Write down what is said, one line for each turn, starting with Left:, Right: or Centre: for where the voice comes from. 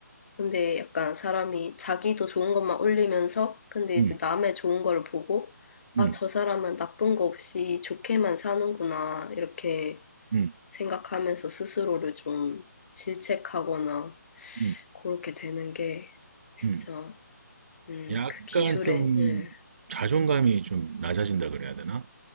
Left: 근데 약간 사람이 자기도 좋은 것만 올리면서, 근데
Right: 음,
Left: 이제 남의 좋은 걸 보고,
Right: 음,
Left: 아,
Right: 음,
Left: 저 사람은 나쁜 거 없이 좋게만 사는구나, 이렇게
Right: 음.
Left: 생각하면서 스스로를 좀 질책하거나,
Right: 음,
Left: 그렇게 되는 게 진짜,
Right: 음.
Left: 음,
Right: 약간
Left: 그 기술의,
Right: 좀
Left: 예,
Right: 자존감이 좀 낮아진다 그래야 되나?